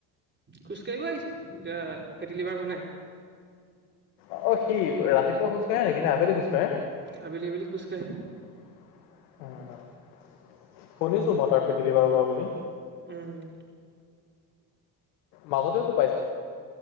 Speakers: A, on the right; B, on the left.
A: খোজকাঢ়িব আহিছে এতিয়া ফেটিলিভাৰ হোৱা নাই!
B: অ', সি ৰাতিপুৱা খোজ কাঢ়ে নেকি নে আবেলি খোজ কাঢ়ে। অ'।
A: আবেলি আবেলি খোজকাঢ়ে
B: শুনিছো মই তাৰ ফেটি লিভাৰ হোৱা বুলি।
A: উম
B: মাজতেওঁটো